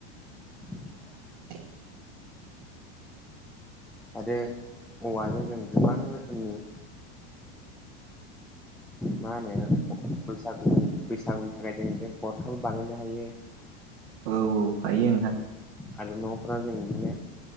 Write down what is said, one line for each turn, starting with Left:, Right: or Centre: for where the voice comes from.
Centre: <unintelligible> <inaudible>
Right: <unintelligible> <unintelligible>
Centre: आरो औवाजों जों गोबां रोखोमनिओ मा होनो बैसागुनि बैसागुनि थाखाय जों बेजों गरखाबो बानायनो हायो <unintelligible>
Right: औ औ हायो नोंथां
Centre: आरो न'फ्रा जों बिदिनो